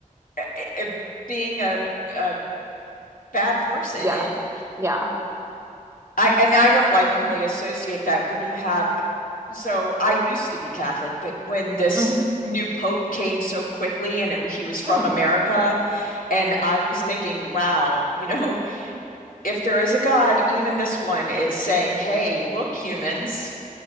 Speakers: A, on the left; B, on the right.
A: uh, uh, being a, a bad person
B: yeah,
A: and
B: yeah.
A: I and I don't like when they associate that when you have so I used to be Catholic but when this
B: Mm-hmm.
A: new pope came so quickly and he was from
B: Mm-hmm.
A: America and I was thinking wow <laughs> you know if there is a God even this one is saying hey look humans